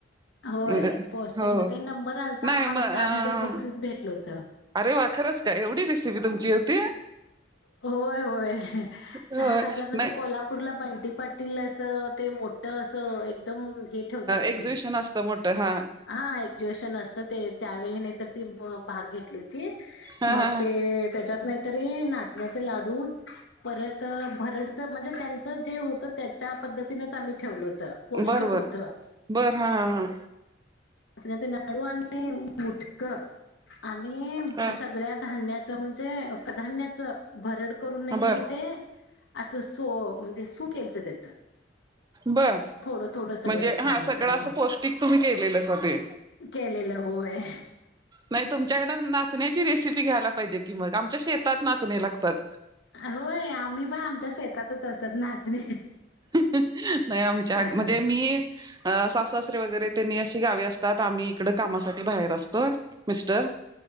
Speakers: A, on the left (about 70°); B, on the right (about 20°).
A: होय
B: म्हणजे
A: पोस्टिंग
B: हो
A: मध्ये नंबर आलता
B: नाही
A: आम्हांला
B: मग
A: चार हजार बक्सीस भेटलं होतं
B: अरे वाखंरचं का एवढी रेसिपी तुमची होती
A: होयं होयं
B: होय
A: चार हजार म्हंजे
B: नाही
A: कोल्हापूरला ब कंटी पाटीलील असं ते मोठं असं एकदंम हे ठेवतांत
B: एक्झिबिशन
A: की
B: असतं मोठं हा
A: हा एक्जुएशन असतं ते त्यावेळीं नाहीं तरं ती भांग घेतलीं हो तीला
B: हा
A: मंग
B: हा हा
A: ते त्यांच्यात नाहीतरी नांचण्यांचे ला लाडू परत भरडच म्हणजे त्यांचं जे होतं त्यांच्या पद्धतीनच आम्हीं ठेवलंय पौष्टिक
B: बर बर
A: होतं
B: बर हा हा
A: चण्यांचे लाडू आणि मुटक आणि
B: हा
A: ई सगळ्यांचं ध्याण्यांच म्हणंजे भर करूंन नाहीं
B: हा बर
A: तरी ते असं म्हणजे सुक केलं का त्याचं
B: बर
A: थोडं थोडं सगळं
B: म्हणजे
A: घालूनय
B: हा सगळं असं पौष्टिक तुम्ही केलेलंच ते
A: केलेलं होयं
B: नाहीं तुमच्यांकड नाचण्यांची रेसिपी घ्यांयला पाहिजे की मंग आमच्या शेतात नाचणे लागतांत
A: होय आम्हीं पणं आमच्या शेतातच असतं नाचणी
B: नाहीं आमच्या
A: ह हा
B: म्हणजे मी अ सासूसारे वगैरे त्यांनीं अशी गावे असतांत आम्हीं इकड कामांसाठी बाहेर असतों मिस्टर